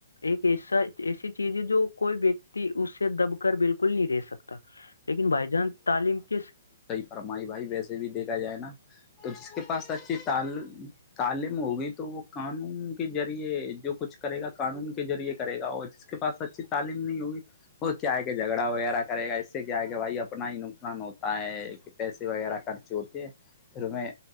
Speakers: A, on the left; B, on the left.
A: ایک ایسا ایسی چیز ہے جو کوئی وکتی اس سے دب کر بالکل نہیں رہ سکتا لیکن بھائی جان تعلیم کے
B: اور ہمائی بھائی ویسے بھی دیکھا جائے نا تو جس کے پاس اچھی تال تعلیم ہوگی تو وہ قانون کے ذریعے جو کچھ کرے گا قانون کے ذریعے کرے گا وہ اس کے پاس اچھی تعلیم نہیں ہوئی اور کیا ہے جھگڑا وغیرہ کرے گا اس سے کیا کہ بھائی اپنا ہی نقصان ہوتا ہے کہ پیسے وغیرہ خرچ ہوتے پھر میں